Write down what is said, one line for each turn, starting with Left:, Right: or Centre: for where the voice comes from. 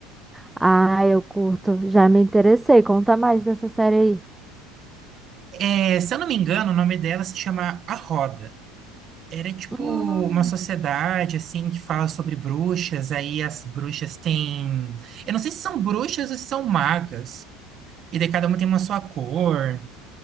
Centre: Ah, eu curto, já me interessei, conta mais dessa série aí.
Right: É, se eu não me engano, o nome dela se chama A Roda. Era tipo
Centre: Hum,
Right: uma sociedade assim que fala sobre bruxas, aí as bruxas têm, eu não sei se são bruxas ou se são magas. E daí cada uma tem uma sua cor,